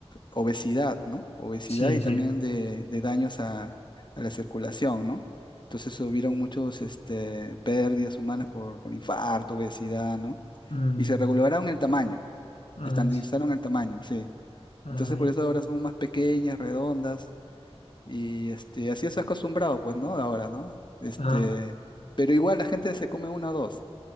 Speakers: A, on the left; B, on the left.
A: obesidad, ¿no? Obesidad
B: sí,
A: y
B: sí.
A: también de, de daños a, a la circulación, ¿no? Entonces hubieron muchos este, pérdidas humanas por, por infarto, obesidad, ¿no?
B: mm,
A: Y se regularon el tamaño,
B: ah,
A: se estandarizaron
B: sí,
A: el tamaño, sí.
B: ay,
A: Entonces por eso ahora son más pequeñas, redondas, y este, así es acostumbrado, pues, ¿no? Ahora, ¿no? Este,
B: ah,
A: pero igual la gente se come una o dos.